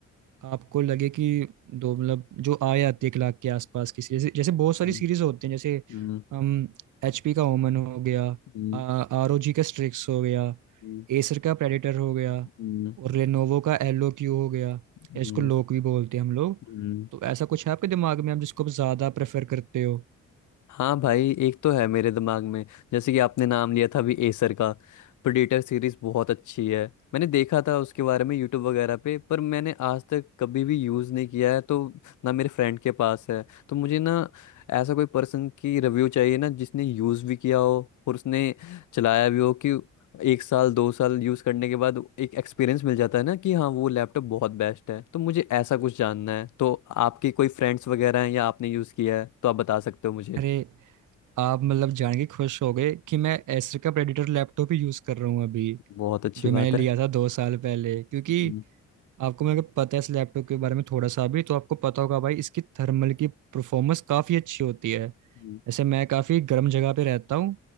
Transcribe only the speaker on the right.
आपको लगे कि दो मतलब जो आए आती है एक लाख के आसपास की सीरीज जैसे बहुत सारी
सीरीज होती हैं जैसे
हम एचपी का ओमन हो गया
आरओजी का स्ट्रिक्स हो गया
एसर का प्रेडेटर हो गया
और लेनोवो का एलओक्यू हो गया
इसको लोक भी बोलते हैं हम लोग
तो ऐसा कुछ है आपके दिमाग में आप जिसको आप ज्यादा प्रेफर करते हो
अरे आप मतलब जान के खुश हो गए कि मैं एसर का प्रेडेटर लैपटॉप ही यूज कर रहा हूँ अभी
जो मैंने
लिया
था दो साल पहले क्योंकि
आपको मेरे को पता है इस लैपटॉप के बारे में थोड़ा सा भी तो आपको पता होगा भाई इसकी थर्मल की परफॉर्मेंस काफ़ी अच्छी होती है
जैसे मैं काफ़ी गर्म जगह पे रहता हूँ